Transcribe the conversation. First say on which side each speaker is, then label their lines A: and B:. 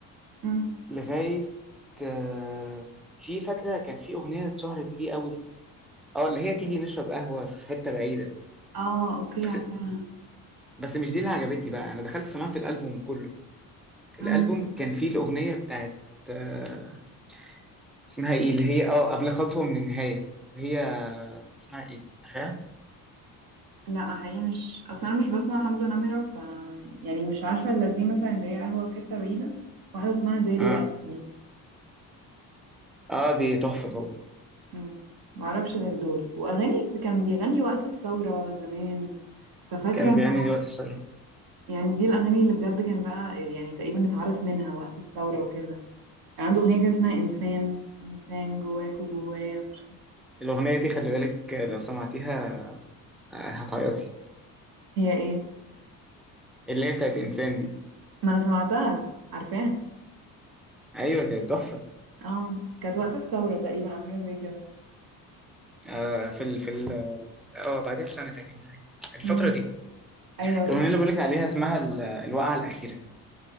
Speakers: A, on the right; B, in the centre.
A: مم.
B: لغاية آه، في فاكرة كان في أغنية اتشهرت ليه قوي اه اللي هي تيجي نشرب قهوة في حتة بعيدة
A: آه أوكي
B: بس
A: عارفاها
B: بس مش دي اللي عجبتني بقى انا دخلت سمعت الألبوم كله الألبوم
A: مم.
B: كان فيه الأغنية بتاعت آه، اسمها ايه اللي هي اه قبل خطوة من النهاية اللي هي آه، اسمها ايه اخيرا
A: لا حقيقي مش أصل أنا مش بسمع حمزة نمرة ف يعني مش عارفة إلا دي مثلا اللي هي قهوة في حتة بعيدة واحدة اسمها داري
B: اه
A: يا قلبي
B: اه دي تحفة طبعا
A: مم. معرفش غير دول وأغاني كان بيغني وقت الثورة زمان ففاكرة
B: كان
A: إن
B: بيعني دلوقتي الصراحة
A: يعني دي الأغاني اللي بجد كان بقى يعني تقريبا اتعرف منها وقت الثورة وكده يعني عنده أغنية كده اسمها إنسان إنسان جواك وجوايا مش عارفة
B: الأغنية دي خلي بالك آه، لو سمعتيها آه، هتعيطي
A: هي إيه
B: اللي هي بتاعت انسان دي
A: ما أنا سمعتها عارفاها
B: ايوه كانت تحفه
A: اه كانت وقت الثورة تقريبا أو حاجة زي كده
B: آه في ال في ال اه بعدها بسنه تقريبا حاجه الفتره
A: مم.
B: دي
A: أيوة
B: الاغنيه
A: في- الف-
B: اللي بقولك عليها اسمها ال- الوقعه الاخيره